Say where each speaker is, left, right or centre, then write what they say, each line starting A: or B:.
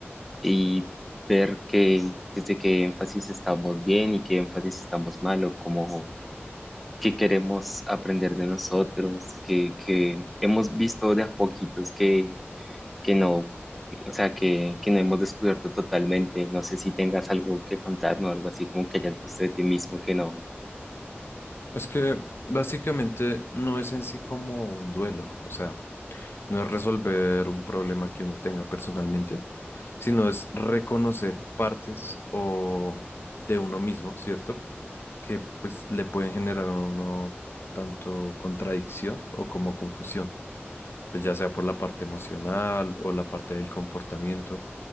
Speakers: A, in the centre; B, on the left.
A: y ver que desde qué énfasis estamos bien y qué énfasis estamos mal o cómo, que queremos aprender de nosotros, que, que hemos visto de a poquitos que, que no, o sea, que, que no hemos descubierto totalmente. No sé si tengas algo que contarme o algo así como que hayas visto de ti mismo que no.
B: Es que básicamente no es en sí como un duelo, o sea, No es resolver un problema que uno tenga personalmente, sino es reconocer partes o de uno mismo, ¿cierto? Que pues le pueden generar a uno tanto contradicción o como confusión, pues ya sea por la parte emocional o la parte del comportamiento.